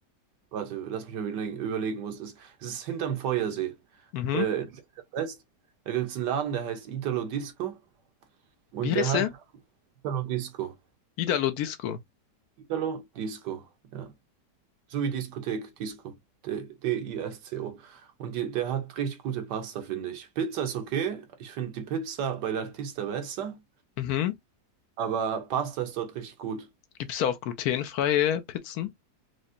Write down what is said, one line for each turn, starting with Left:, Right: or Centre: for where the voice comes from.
Right: warte, lass mich mal überlegen, überlegen, wo es ist. Es ist hinterm Feuersee,
Left: Mhm.
Right: äh, in West. Da gibt's einen Laden, der heißt Italo Disco und
Left: Wie heißt
Right: der hat
Left: er?
Right: Italo Disco.
Left: Idalo Disco.
Right: Italo Disco, ja. So wie Diskothek, Disco. D- D-I-S-C-O. Und die, der hat richtig gute Pasta, finde ich. Pizza ist okay. Ich finde die Pizza bei L'Artista besser.
Left: Mhm.
Right: Aber Pasta ist dort richtig gut.
Left: gibt es da auch glutenfreie Pizzen?